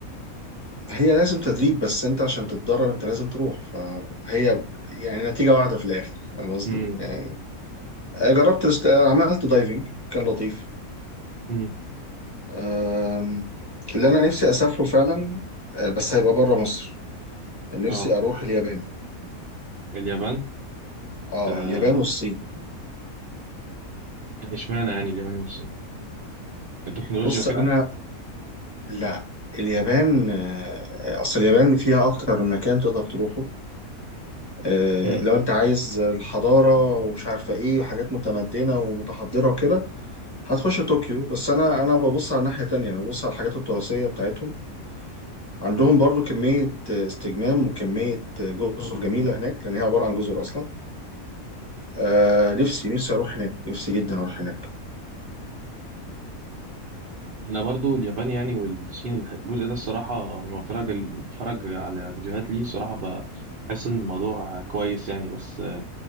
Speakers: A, on the left; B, on the right.
A: هي لازم تدريب بس أنت عشان تتدرب أنت لازم تروح فهي يعني نتيجة واحدة في الآخر فاهم قصدي؟
B: امم
A: يعني آه، جربت الاست... عملت دايفنج كان لطيف
B: امم
A: أم، اللي انا نفسي اسافره فعلا أه، بس هيبقى بره مصر نفسي
B: اه
A: اروح اليابان
B: اليابان
A: اه
B: آه،
A: اليابان والصين
B: اشمعنى يعني اليابان والصين التكنولوجيا
A: بص
B: وكده
A: انا لا اليابان آه، اصل اليابان فيها اكتر من مكان تقدر تروحه آه،
B: امم
A: لو انت عايز الحضاره ومش عارفه ايه وحاجات متمدنه ومتحضره وكده هتخش طوكيو بس انا انا ببص على الناحيه تانية انا ببص على الحاجات التراثيه بتاعتهم عندهم برضو كميه استجمام وكميه جزر جميله هناك لان هي عباره عن جزر اصلا آه نفسي نفسي اروح هناك نفسي جدا اروح هناك
B: انا برضو اليابان يعني والصين الح- الجزء ده الصراحه لما بتفرج بتفرج على فيديوهات ليه الصراحه بحس ان الموضوع كويس يعني بس